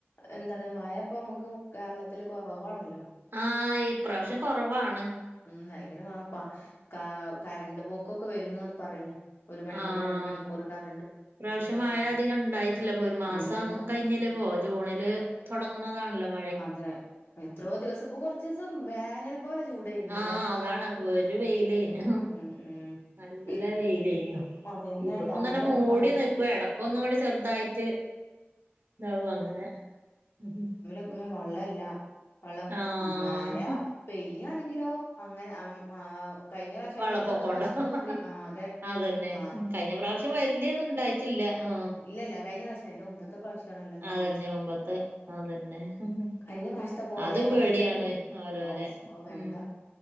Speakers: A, on the left; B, on the right.
A: എന്താണ് മയപ്പോ മുക്ക് കേരളത്തില് കൊറവാണല്ലോ
B: ആഹ് ഇപ്രാവശ്യം കൊറവാണ്
A: ഉം ഭയങ്കര കൊറവാപ്പ ക കരണ്ട് പോക്കൊക്കെ വരുന്നാണ് പറയണ് ഒരു മണിക്കൂർ
B: ആഹ്
A: രണ്ട് മണിക്കൂർ കറ
B: ഇപ്രാവശ്യം മഴ അധികം ഇണ്ടായിട്ടില്ല ഇപ്പൊ ഒരു മാസം
A: ഇല്ല ഇല്ല
B: കഴിഞ്ഞില്ലേ പ്പോ ജൂണില് തൊടങ്ങണതാണല്ലോ മ
A: അതെ എത്രോ ദിവസം പ്പൊ കൊറച്ചീസം വേനൽ പോലെ ചൂടായിരുന്നില്ലേ
B: ആ അതാണ് പൊരി വെയിലേനു
A: ഉം ഉം
B: നല്ല
A: പി
B: വെയിലേനു
A: അതന്നെ
B: ഇപ്പപ്പോ
A: ഡാമിലൊന്നും
B: ഇങ്ങനെ മൂടി
A: വെള്ളം
B: നി ക്കും എടക്കൊന്നുങ്ങട് ചെറുതായിട്ട് ഇതാവും അങ്ങനെ മ് മ് മ്
A: ന്നും വെള്ളം ഇല്ല വെള്ളം
B: ആഹ്
A: മ് മയ പെയ്യാണെങ്കിലോ അങ്ങനെ മ് ആ കഴിഞ്ഞ പ്രാവശ്യം അതിന്
B: വെള്ളപ്പൊക്കോണ്ടവും
A: മുമ്പത്തെ പ്രാവശ്യത്തെ മാതിരി ആഹ് അതെ
B: അതന്നെ
A: മാ
B: കഴിഞ്ഞ പ്രാവശ്യം വല്യത്ണ്ടായി ഇല്ല ആ
A: ഇല്ല ഇല്ല കഴിഞ്ഞരാശ്യം അയിന് മുമ്പത്തെ പ്രാവശ്യം നല്ലോം സംഭവിച്ചു
B: അതന്നെ മുമ്പത്തെ അതന്നെ
A: കഴിഞ്ഞ പ്രാവശ്യത്തെ പോലെ
B: അതും പേടിയാണ്
A: അത്രയും കിട്ടി
B: ഓരോരെ
A: ഔഫ് അവ് വേണ്ട
B: ഉം